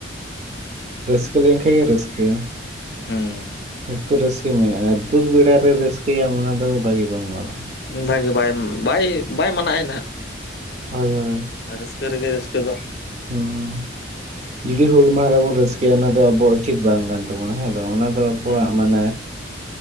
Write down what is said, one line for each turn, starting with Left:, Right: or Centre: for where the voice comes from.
Right: ᱨᱟᱹᱥᱠᱟᱹ ᱞᱮᱠᱷᱟᱡ ᱜᱮ ᱨᱟᱹᱥᱠᱟᱹ
Left: ᱦᱩᱸ
Right: ᱦᱤᱛᱳᱜ ᱨᱟᱹᱥᱠᱟᱹ ᱢᱮ ᱟᱨ ᱫᱩᱠ ᱵᱮᱲᱟ ᱨᱮ ᱨᱟᱹᱥᱠᱟᱹᱭᱟᱢ ᱚᱱᱟ ᱫᱚ ᱵᱷᱟᱹᱜᱤ ᱵᱟᱝ ᱜᱟᱱᱚᱜᱼᱟ᱾
Left: ᱵᱷᱟᱜᱮ ᱵᱟᱭ ᱵᱟᱭ ᱵᱟᱭ ᱢᱟᱱᱟᱜ ᱟᱭ ᱦᱟᱜ
Right: ᱦᱳᱭ ᱦᱳᱭ
Left: ᱟᱨ ᱨᱟᱹᱥᱠᱟᱹ ᱨᱮ ᱜᱮ ᱨᱟᱹᱥᱠᱟᱹ ᱫᱚ᱾
Right: ᱦᱩᱸ
Left: ᱦᱩᱸ
Right: ᱡᱩᱫᱤ ᱦᱩᱞ ᱢᱟᱦᱟ ᱨᱮ ᱵᱚᱱ ᱨᱟᱹᱥᱠᱟᱹᱭᱟ ᱚᱱᱟ ᱫᱚ ᱟᱵᱚᱣᱟᱜ ᱩᱪᱤᱛ ᱵᱟᱝ ᱠᱟᱱᱟ᱾ ᱛᱟᱵᱚᱱᱟ ᱦᱮᱸ ᱵᱟᱝ ᱚᱱᱟ ᱫᱚ ᱟᱵᱚᱣᱟᱜ
Left: ᱦᱩᱸ
Right: ᱢᱟᱱᱮ